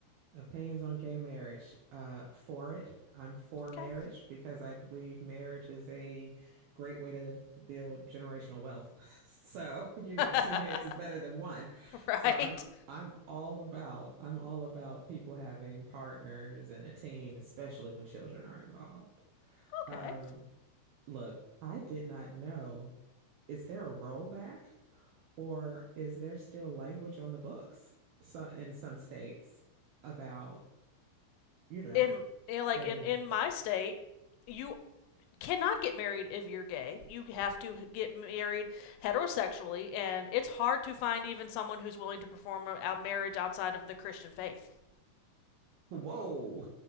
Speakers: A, on the right; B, on the left.
A: Opinions on gay marriage. Uh, for it. I'm for
B: Okay.
A: marriage because I believe marriage is a great way to build generational wealth. <laughs> So, you know,
B: <laughs>
A: two heads is better than one.
B: <laughs>
A: So
B: right?
A: I'm I'm all about I'm all about people having partners and a team, especially when children are involved.
B: Okay.
A: Um, look, I did not know. Is there a rollback? Or is there still language on the books so, in some states about, you know,
B: In you know, like
A: gay
B: in
A: marriage?
B: in my state, you cannot get married if you're gay. You have to get married heterosexually, and it's hard to find even someone who's willing to perform a marriage outside of the Christian faith.
A: Whoa.